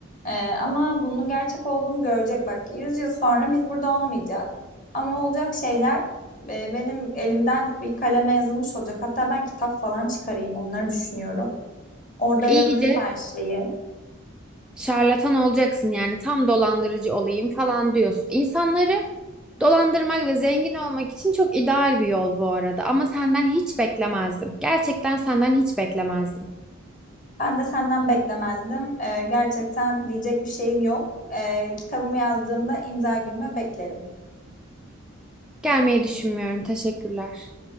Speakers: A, on the left; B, in the centre.
A: Ee, ama bunun gerçek olduğunu görecek bak. yüz yıl sonra biz burada olmayacağız. Ama olacak şeyler e, benim elimden bir kaleme yazılmış olacak. Hatta ben kitap falan çıkarayım onları düşünüyorum. Orada yazayım
B: İyice
A: her şeyi.
B: şarlatan olacaksın yani tam dolandırıcı olayım falan diyorsun. İnsanları dolandırmak ve zengin olmak için çok ideal bir yol bu arada ama senden hiç beklemezdim. Gerçekten senden hiç beklemezdim.
A: Ben de senden beklemezdim. Ee, gerçekten diyecek bir şeyim yok. Ee, kitabımı yazdığımda imza günüme beklerim.
B: Gelmeyi düşünmüyorum. Teşekkürler.